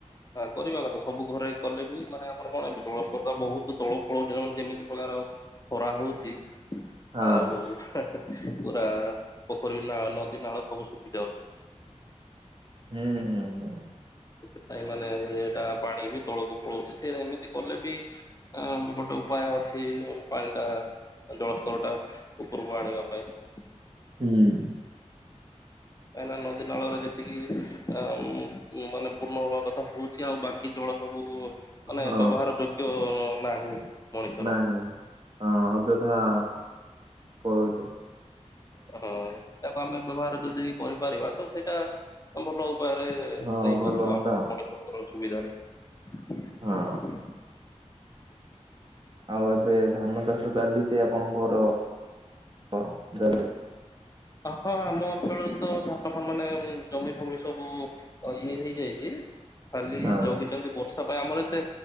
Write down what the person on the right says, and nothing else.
ହଁ
ହୁଁ ହୁଁ ହୁଁ।
ହୁଁ।
ହଁ
ନାହିଁ ହଁ ଅଯଥା କହୁଛି
ହଁ
ଭଲ
ହୁଅନ୍ତା
ହଁ ଆଉ ଏବେ ଧାନ ଚାଷ ଚାଲିଛି ଆପଣଙ୍କର ହଁ ଜାଡୁରୁ
ହଁ